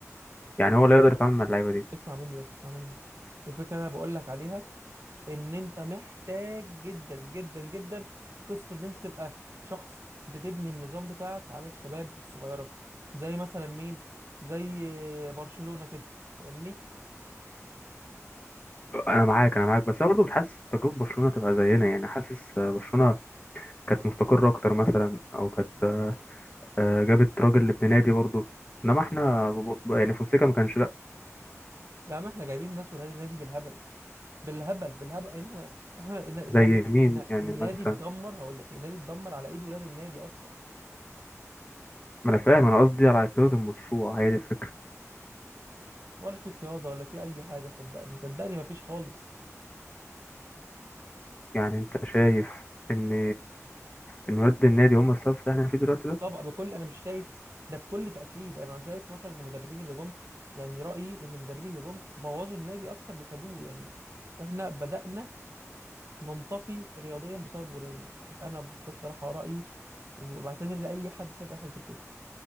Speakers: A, on the left; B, on the right.
A: يعني هو لا يقدر
B: <laughs>
A: يتعامل مع اللعيبه دي
B: اسمع مني بس اسمع مني الفكرة اللي أنا بقولك عليها إن أنت محتاج جدا جدا جدا قصة إن أنت تبقى شخص بتبني النظام بتاعك على الشباب الصغيرة زي مثلا مين زي برشلونة كده فاهمني
A: انا معاك انا معاك بس انا برضه مش حاسس تجربه برشلونه تبقى زينا يعني حاسس آه، برشلونه كانت مستقره اكتر مثلا او كانت آه، آه، جابت راجل لابن نادي برضه انما احنا ب- ب- يعني فونسيكا ما كانش لا
B: يعني إحنا جايبين ناس ولاد النادي بالهبل بالهبل بالهبل احنا احنا النا- الدم...
A: زي مين
B: النا-
A: يعني
B: النادي
A: مثلا
B: اتدمر هقول لك النادي اتدمر على ايد ولاد النادي اصلا
A: ما انا فاهم انا قصدي على كده المشروع هي دي الفكره
B: ولا في قياده ولا في اي حاجه صدقني صدقني مفيش خالص
A: يعني انت شايف ان ان ولاد النادي هم السبب في اللي احنا فيه دلوقتي ده
B: طبعا بكل انا مش شايف ده بكل تاكيد انا شايف مثلا ان المدربين اللي جم يعني رايي ان المدربين اللي جم بوظوا النادي اكتر ما فادوه يعني احنا بدانا ننطفي رياضيا بسبب ولاد النادي انا ب- ده بصراحه رايي وبعتذر لاي حد شايف اي حاجه غير كده